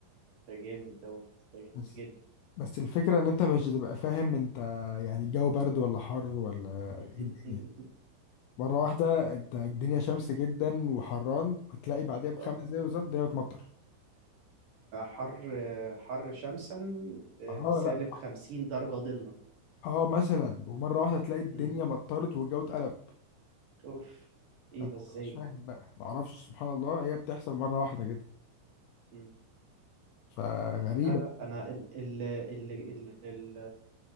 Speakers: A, on the right (about 55°); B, on the left (about 85°).
A: ده جامد دوت ده جميل
B: بس
A: جدا
B: بس الفكرة إن أنت مش بتبقى فاهم أنت يعني الجو برد ولا حر ولا
A: <laughs>
B: إيه الدنيا مرة واحدة انت الدنيا شمس جدا وحران وتلاقي بعدها بخمس
A: اه
B: دقايق بالظبط الدنيا بتمطر
A: حر حر شمسا آه،
B: اه
A: سالب
B: لا
A: خمسين درجة ظلا
B: اه مثلا ومرة واحدة تلاقي الدنيا
A: مم.
B: مطرت والجو اتقلب
A: اوف ايه
B: فانت
A: ده ازاي
B: ما تبقاش
A: ده
B: فاهم بقى معرفش سبحان الله هي بتحصل مرة واحدة كده
A: مم.
B: فغريبة
A: لا لا انا ال ال ال